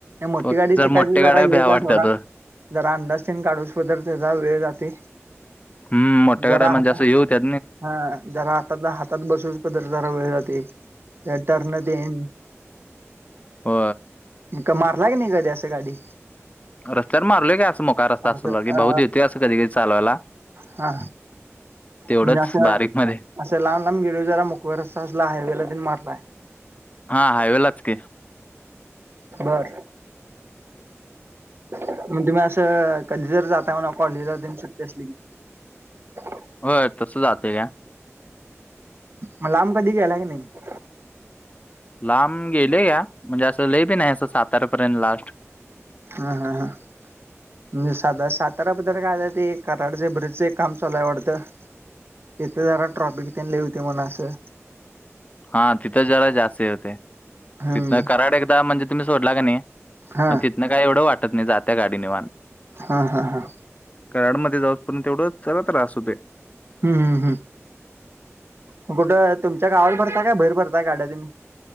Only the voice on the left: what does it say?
फक्त
जर
मोठ्या
गाड्या
भ्या
वाटतात
ओ.
हम् मोठ्या
गड्या मग
जासं येऊ त्या
हो
रस्त्यावर मारलोय का असं मोका रस्ता
असल की
भाऊ देतय कधी कध चावायला
तेवढंच
बारीक मध्ये
हा हायवेलाच के
हो तसं जातेय का
लांब गेले का म्हणजे असं ललेबी नाही असं सातारापर्यंत लास्ट
हा तिथं जरा जास्त होते
तिथं कराड एकदा म्हणजे तुम्ही सोडला का नाही
मग तिथनं काय एवढं वाटत नाही जात त्या गाडीने वान
कराडमध्येध्ये जाऊपर्यंत एवढ चरा त्रास होते